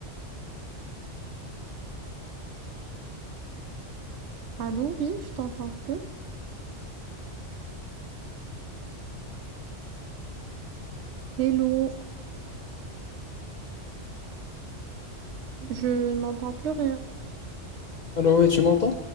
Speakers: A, on the right; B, on the left.
A: Allô, oui, je t'entends plus. Hello, je n'entends plus rien.
B: Alors oui, tu m'entends?